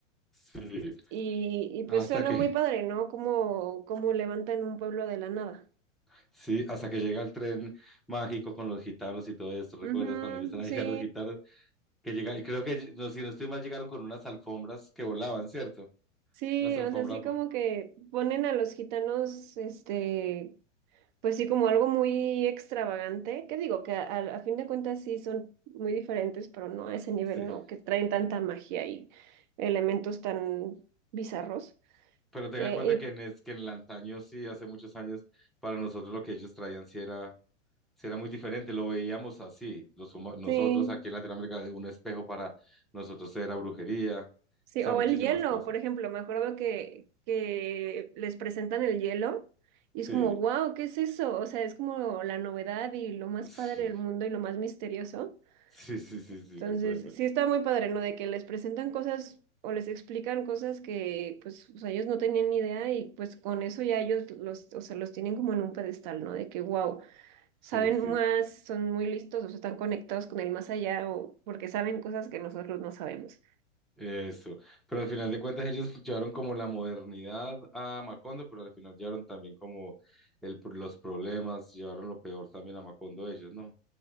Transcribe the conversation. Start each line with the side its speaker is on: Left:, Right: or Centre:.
Centre: sí.
Right: y, y pues
Centre: Hasta
Right: suena
Centre: que,
Right: muy padre, ¿no? Como, como levantan un pueblo de la nada.
Centre: <laughs> sí, hasta que llega el tren mágico con los gitanos y todo esto. ¿Recuerdas
Right: Ujú,
Centre: cuando empiezan a
Right: sí.
Centre: llegar los gitanos? Que llega, y creo que, no, si no estoy mal, llegaron con unas alfombras que volaban, ¿cierto?
Right: Sí,
Centre: Unas alfombras,
Right: o sea, sí
Centre: vo-
Right: como que ponen a los gitanos, este, pues sí, como algo muy extravagante. ¿Qué digo? Que a, a- a fin de cuentas sí son muy diferentes, pero no a ese nivel,
Centre: sí.
Right: ¿no? Que traen tanta magia y elementos tan bizarros.
Centre: Pero tengan
Right: Eh,
Centre: en cuenta que en,
Right: y
Centre: es, que en el antaño, sí, hace muchos años, para nosotros lo que ellos traían sí era, sí era muy diferente, lo veíamos así, los, huma- nosotros
Right: sí,
Centre: aquí en Latinoamérica, un espejo para nosotros era brujería, o
Right: sí,
Centre: sea,
Right: o
Centre: muchísimas
Right: el hielo,
Centre: cosas.
Right: por ejemplo, me acuerdo que, que les presentan el hielo y
Centre: Sí,
Right: es como, wow, ¿qué es eso? O sea, es como la novedad y lo más
Centre: sí,
Right: padre del mundo
Centre: <laughs>
Right: y lo más misterioso.
Centre: sí, sí, sí,
Right: Entonces,
Centre: sí, recuerdo.
Right: sí está muy padre, ¿no? De que les presentan cosas o les explican cosas que, pues, o sea, ellos no tenían ni idea y pues con eso ya ellos los, o sea, los tienen como en un pedestal, ¿no? De que, wow,
Centre: Sí,
Right: saben
Centre: sí,
Right: más, son muy listos, o sea, están conectados con el más allá o porque saben cosas que nosotros no sabemos.
Centre: eso. Pero al final de cuentas ellos llevaron como la modernidad a Macondo, pero al final llevaron también como el, los problemas, llevaron lo peor también a Macondo ellos, ¿no?